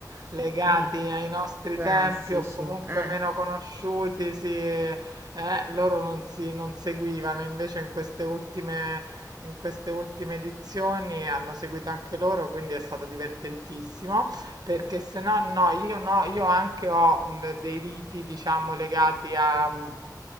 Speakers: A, on the right; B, on the right.
A: legati
B: mm,
A: ai nostri
B: Classici,
A: tempi o comunque
B: eh.
A: meno conosciuti, si, eh, loro non si non seguivano, invece in queste ultime in queste ultime edizioni hanno seguito anche loro, quindi è stato divertentissimo, perché se no, no, io no, io anche ho mh, dei riti, diciamo, legati a mh,